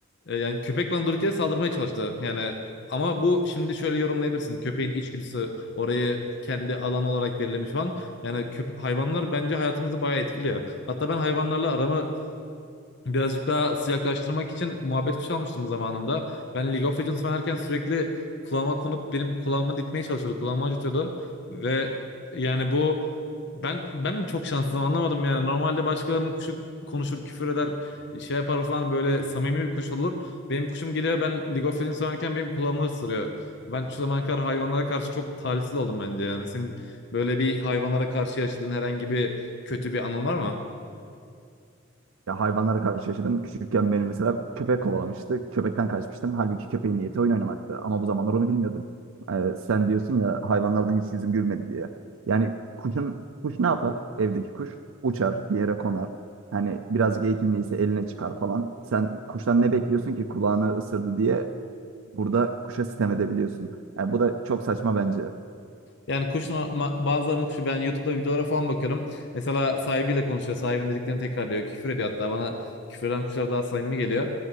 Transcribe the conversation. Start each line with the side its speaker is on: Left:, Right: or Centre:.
Left: E, yani köpek bana durduk yere saldırmaya çalıştı. Yani ama bu şimdi şöyle yorumlayabilirsin. Köpeğin içgüdüsü orayı kendi alan olarak belirlemiş falan. Yani köp- hayvanlar bence hayatımızı bayağı etkiliyor. Hatta ben hayvanlarla aramı birazcık daha sıcaklaştırmak için muhabbet kuşu almıştım zamanında. Ben League of Legends oynarken sürekli kulağıma konup benim kulağımı dikmeye çalışıyordu. Kulağımı acıtıyordu. Ve yani bu ben ben mi çok şanslıyım anlamadım yani. Normalde başkalarının kuşu konuşur, küfür eder, şey yapar falan böyle samimi bir kuş olur. Benim kuşum geliyor ben League of Legends oynarken benim kulağımı ısırıyor. Ben şu zamana kadar hayvanlara karşı çok talihsiz oldum bence yani. Senin böyle bir hayvanlara karşı yaşadığın herhangi bir kötü bir anın var mı?
Right: Ya hayvanlara karşı yaşadım. Küçükken beni mesela köpek kovalamıştı. Köpekten kaçmıştım. Halbuki köpeğin niyeti oyun oynamaktı. Ama bu zamanlar onu bilmiyordum. Ee, sen diyorsun ya hayvanlardan hiç yüzüm gülmedi diye. Yani kuşun kuş ne yapar? Evdeki kuş uçar, bir yere konar. Hani birazcık eğitimliyse eline çıkar falan. Sen kuştan ne bekliyorsun ki kulağını ısırdı diye burada kuşa sitem edebiliyorsun. Yani bu da çok saçma bence.
Left: Yani kuşun ma- bazılarının kuşu ben YouTube'da videolara falan bakıyorum. Mesela sahibiyle konuşuyor. Sahibinin dediklerini tekrar diyor. Küfür ediyor hatta bana küfreden kuşlar daha samimi geliyor.